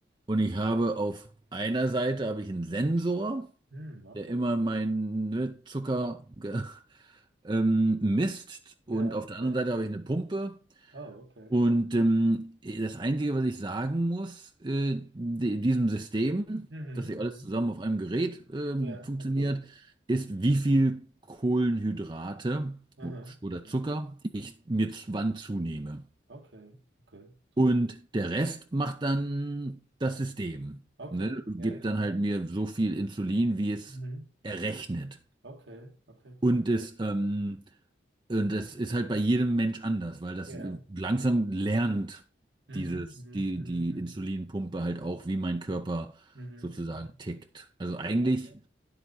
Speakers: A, on the right; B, on the right.
A: und ich habe auf einer Seite habe ich einen Sensor,
B: Hm, okay.
A: der immer meinen ne, Zucker ge- <laughs> ähm, misst
B: Ja,
A: und auf der
B: ja.
A: anderen Seite habe ich eine Pumpe.
B: Oh, okay.
A: Und ähm, das Einzige, was ich sagen muss, äh, di- diesem System,
B: Mhm,
A: dass sie
B: mhm.
A: alles zusammen auf einem Gerät ähm,
B: Ja,
A: funktioniert,
B: okay.
A: ist, wie viel Kohlenhydrate
B: Mhm,
A: oder
B: mhm.
A: Zucker ich mir zu- wann zunehme.
B: Okay, okay. Trotz-
A: Und der Rest macht dann das System,
B: Okay,
A: ne? Gibt
B: ja,
A: dann
B: ja.
A: halt mir so viel Insulin, wie es
B: Mhm.
A: errechnet.
B: Okay, okay, krass.
A: Und es, ähm, und das ist halt bei jedem Mensch anders, weil das
B: Ja,
A: äh, langsam
B: natürlich.
A: lernt
B: Mhm,
A: dieses,
B: mhm,
A: die,
B: mhm,
A: die
B: mhm,
A: Insulinpumpe halt auch, wie mein Körper
B: mhm,
A: sozusagen
B: mhm. mhm.
A: tickt. Also eigentlich,
B: Ja.